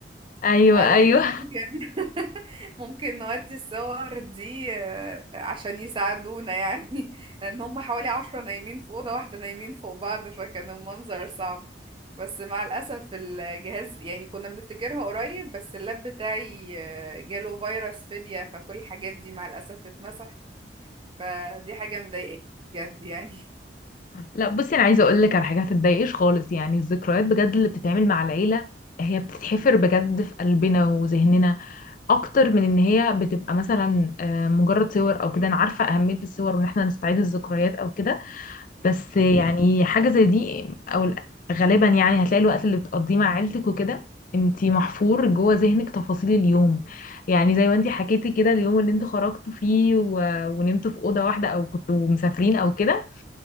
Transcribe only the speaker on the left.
ايوه
ايوه
لا بصي انا عايزه اقول لك على حاجه هتتضايقش خالص يعني الذكريات بجد اللي بتتعمل مع العيله هي بتتحفر بجد في قلبنا وذهننا اكتر من ان هي بتبقى مثلا آه، مجرد صور او كده انا عارفه اهميه الصور وان احنا نستعيد الذكريات او كده بس يعني حاجه زي دي او ال- غالبا يعني هتلاقي الوقت اللي بتقضيه مع عيلتك وكده انتي محفور جوه ذهنك تفاصيل اليوم يعني زي ما انتي حكيتي كده اليوم اللي انتوا خرجتوا فيه و... ونمتوا في اوضه واحده او كنتوا مسافرين او كده